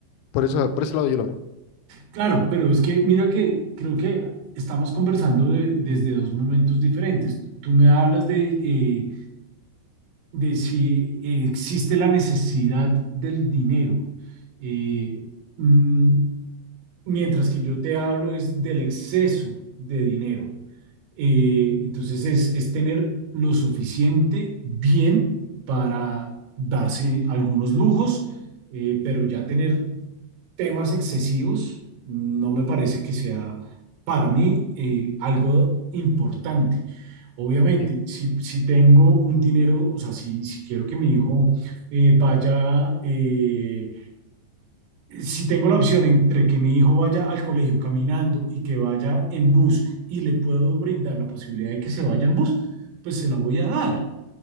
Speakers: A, on the left; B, on the right.
A: Por eso, por ese lado yo lo veo.
B: Claro, pero es que mira que creo que estamos conversando de- desde dos momentos diferentes. Tú me hablas de eh, de si eh, existe la necesidad del dinero. Eh, mm, mientras que yo te hablo es del exceso de dinero. Eh, entonces es, es tener lo suficiente bien para darse algunos lujos, eh, pero ya tener temas excesivos no me parece que sea para mí eh, algo importante. Obviamente,
A: Entiendo,
B: si, si tengo un dinero, o sea, si, si quiero que mi hijo eh, vaya eh, si tengo la opción entre que mi hijo vaya al colegio caminando y que vaya en bus y le puedo brindar la posibilidad de que se vaya en bus, pues se la voy a dar.